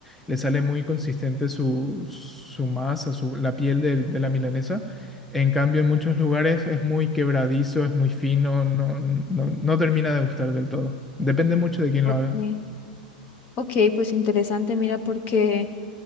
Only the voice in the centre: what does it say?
le sale muy consistente su, su masa, su, la piel del- de la milanesa. En cambio, en muchos lugares es muy quebradizo, es muy fino, no, no, no termina de gustar del todo. Depende mucho de quién
lo haga.